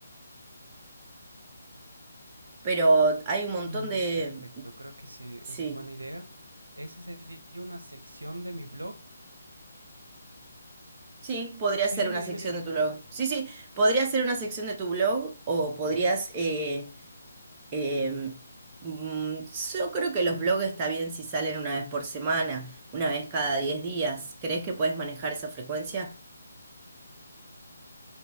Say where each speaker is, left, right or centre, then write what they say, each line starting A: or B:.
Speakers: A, on the right (about 20°); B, on the right (about 75°).
A: Pero hay un montón
B: Mm,
A: de...
B: perfecto, creo que sí,
A: Sí.
B: esa es buena idea. Esa sería una sección de mi blog.
A: Sí, podría
B: Sí,
A: ser
B: dime,
A: una sección
B: dime, dime.
A: de tu blog. Sí, sí, podría ser una sección de tu blog o podrías... eh, em, mm, yo creo que los blogs está bien si salen una vez por semana, una vez cada 10 días. ¿Crees que puedes manejar esa frecuencia?